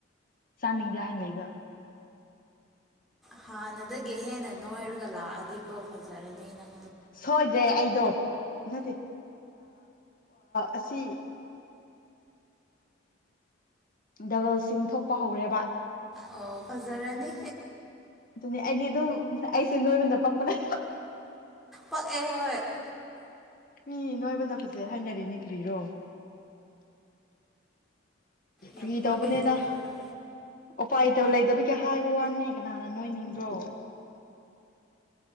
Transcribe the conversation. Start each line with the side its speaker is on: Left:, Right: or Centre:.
Left: ꯆꯥꯅꯤꯡꯗꯦ ꯍꯥꯢꯅ ꯂꯩꯕ
Centre: ꯍꯥꯟꯅꯗꯒꯤ ꯍꯦꯟꯅ ꯅꯣꯏꯔꯒ ꯂꯥꯛꯑꯗꯤꯀꯣ ꯐꯖꯔꯅꯤ ꯑꯩꯅ
Left: ꯁꯣꯏꯗ꯭ꯔꯦ ꯑꯩꯗꯣ ꯅꯠꯇꯦ ꯑꯁꯤ ꯗꯕꯜꯆꯤꯟ ꯊꯣꯛꯄ ꯍꯧꯔꯦꯕ
Centre: ꯑꯣ ꯐꯖꯔꯅꯤ
Left: ꯑꯗꯨꯅꯤ ꯑꯩꯗꯤ ꯑꯗꯨꯝ ꯑꯩꯁꯦ ꯅꯣꯏꯕꯅ ꯄꯛꯄꯅꯦ
Centre: ꯄꯛꯑꯦ ꯍꯣꯏ
Left: ꯃꯤ ꯅꯣꯏꯕꯅ ꯐꯖ ꯍꯥꯏꯅꯔꯤꯅꯤ ꯀ꯭ꯔꯤꯔꯣ ꯐꯒꯤ
Centre: ꯌꯥꯝ ꯄꯛꯑꯦ
Left: ꯇꯧꯕꯅꯦꯗ
Centre: ꯅꯣꯏꯕꯗꯣ
Left: ꯎꯄꯥꯏꯇ ꯂꯩꯇꯕꯒꯤ ꯍꯥꯏꯕ ꯋꯥꯅꯦ ꯀꯅꯥꯅ ꯅꯣꯏꯅꯤꯡꯕ꯭ꯔꯣ